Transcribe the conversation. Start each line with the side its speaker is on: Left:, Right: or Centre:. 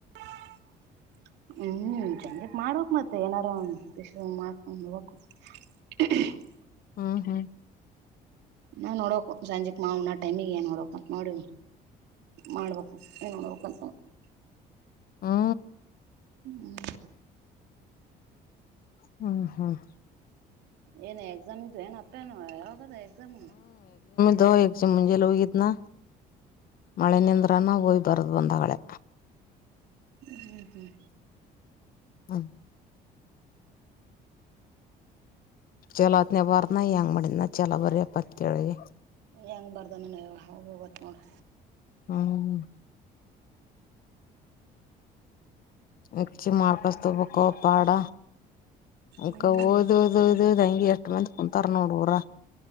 Right: <unintelligible> ಹ್ಮ್ ಚೆಂದಗ್ ಮಾಡ್ಬೇಕಕ್ ಮತ್ತೆ ಏನಾರು ಮಾಡ್ಕೊಂಡ್ ನೋಬೇಕು <unintelligible>
Left: ಹ್ಮ ಹ್ಮ್
Right: ನಾ ನೋಡು ಸಂಜೆಕ್ ಮಾಣ ಟೈಮಿಗೆ ಏನ್ ನೋಡಕಂತ ನೋಡಿ ಮಾಡ್ಬೇಕ ಏನೋ ಕಿ
Left: ಹಾ
Right: ಹ್ಮ
Left: ಹ್ಮ ಹ್ಮ್
Right: ಎನ ಎಕ್ಜಾಮ ಇು ನ ಅ್ಯನು ಆಾವಾಗತ ಎಕ್ಾಮ
Left: ದಹ ಚ ಮುಜೆ ಲೋಗಿತನಾ ಮಳೆ ನಿಂದ್ರನ ಹೋಯ್ ಬರ್ದು್ ಬಂದಳೆ
Right: ಹ್ಮ್ ಹ್ಮ್
Left: ಹ್ಮ್ ಚಲೋ ಅತ್ನ ಬಾರ ನ ಹೆಂಗ್ ಮಾಡಿದ್ ನ ಚಲೋ ಬರ ಅಪ್ಪತ್ ಕೆೇಳಳಗೆ
Right: ಹೆಂಗ್ ಬರ್್ದನ ಹೋಗಿತ್ ನೋಡಿ
Left: ಹ್ಮ್ ಹಕ್ಷಿ ಮಾಡಾರ್ಕಸ್ತುಪಕ್ಕೋಪಾಡ ಅಕ
Right: ಹ್ಞೂ
Left: ಓದ್ ಓದ್ ಓದ್ದ್ ಹಂಗಿ ಎಷ್ಟ ಮಂದತ್ ಕುಂತಾರ ನೋಡಊರ